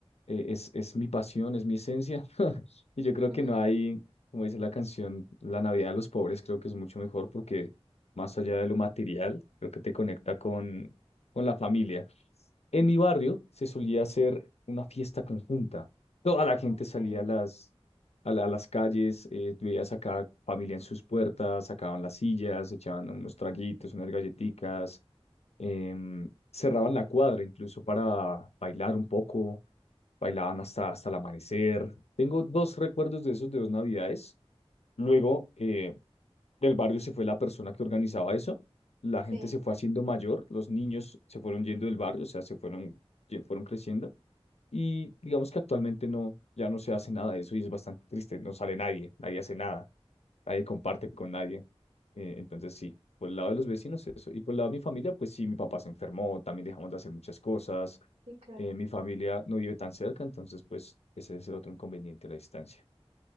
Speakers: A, on the left; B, on the right.
A: eh, es, es mi pasión, es mi esencia, <laughs> y yo creo
B: Ujú,
A: que no hay, como dice la canción, la Navidad de los pobres creo que es mucho mejor porque más allá de lo material, creo que te conecta con, con la familia. En mi barrio se solía hacer una fiesta conjunta. Toda la gente
B: ok,
A: salía a las, a la- a las calles, eh, veías a cada familia en sus puertas, sacaban las sillas, echaban unos traguitos, unas galletitas, em, cerraban la cuadra incluso para bailar un poco, bailaban hasta, hasta el amanecer. Tengo dos recuerdos de esos de dos navidades. Luego, eh, del barrio se fue la persona que organizaba eso, la gente
B: Sí,
A: se fue haciendo mayor, los niños se fueron yendo del barrio, o sea, se fueron, ye- fueron creciendo y digamos que actualmente no, ya no se hace nada de eso y es bastante triste, no sale nadie, nadie hace nada, nadie comparte con nadie, eh, entonces sí. Por el lado de los vecinos, eso. Y por el lado de mi familia, pues sí, mi papá se enfermó, también dejamos de hacer muchas cosas.
B: sí, claro.
A: eh, mi familia no vive tan cerca, entonces, pues, ese es el otro inconveniente, la distancia.